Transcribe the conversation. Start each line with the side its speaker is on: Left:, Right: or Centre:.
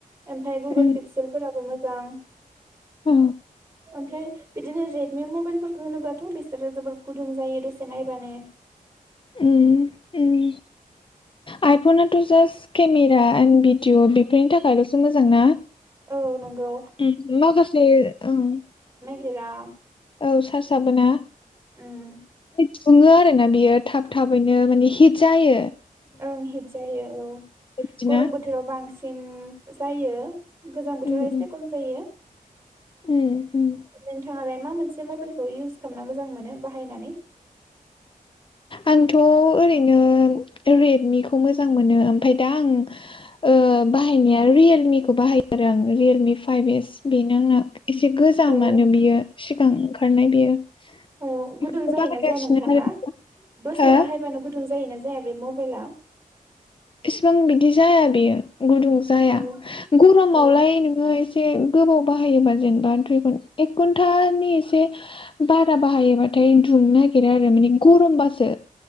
Right: ओमफाय गुगोल
Left: उम
Right: पिक्सेलफोराबो मोज जां
Left: औ।
Right: ओमफ्राय बिदिनो रेडमि मबाइल फोरखो होनोबा थ बिसोरो जोबोर गुदुंजायो दसे नायबानो।
Left: उम उम। आइफना' जास्ट केमेरा आन्ड बि दिअ बेफोरनि थाखायलसो मोजांना
Right: औ नंगौ
Left: उम माखासे ओं
Right: रा
Left: औ सार्चआबोना
Right: उम
Left: सुङो आरोना बियो थाब थाबैनो माने हिटजायो।
Right: ओं हिटजायो औ
Left: बिदिना
Right: गरम बोथोराव बांसि न जायो। गोजां बोथोराव
Left: उम
Right: एसे
Left: उम
Right: कम जायो।
Left: उम उम
Right: नोंथाङालाय मा मोनसे मबाइलखौ इउस खालामना मोजांमोनो बाहायनानै।
Left: आंथ' ओरैनो रेट मि खौ मोजां मोनो ओमफाय दा आं ओ बाहायनाया रियेलमि खौ बाहायो आरो आं। रियेलमि फाइभ एस बेनो आंना एसे गोजामानो
Right: औ
Left: बियो सिगां ओंखारनाय बेयो
Right: औ
Left: बेखौबो
Right: गुदुं जायोना
Left: बाहायगासिनो
Right: जाया नोंथांना
Left: आरो
Right: दसे
Left: हो
Right: बाहायबानो गुदुं जा जायोना जाया बे मबाइला?
Left: इसिबां बिदि जाया बेयो। गुदुं जाया।
Right: औ
Left: गरमावलाय
Right: औ
Left: नोङो एसे गोबाव बाहायोबा जेनेबा दुइ घन एक घन्टानि एसे बारा बाहायोबाथाय दुंनो नागिरा आरो माने गरमबासो